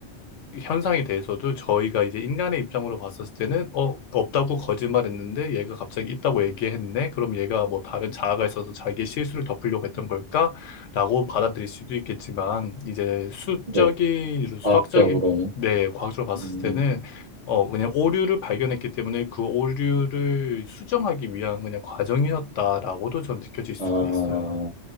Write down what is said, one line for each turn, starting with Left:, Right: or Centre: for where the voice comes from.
Left: 현상에 대해서도 저희가 이제 인간의 입장으로 봤었을 때는 어 없다고 거짓말했는데 얘가 갑자기 있다고 얘기했네 그럼 얘가 뭐 다른 자아가 있어서 자기의 실수를 덮으려고 했던 걸까라고 받아들일 수도 있겠지만 이제 수적인
Right: 네.
Left: 수학적인
Right: 과학적으로는,
Left: 네 과학적으로 봤을
Right: 음,
Left: 때는 어 그냥 오류를 발견했기 때문에 그 오류를 수정하기 위한 그냥 과정이었다라고도 저는 느껴질 수가
Right: 아,
Left: 있어요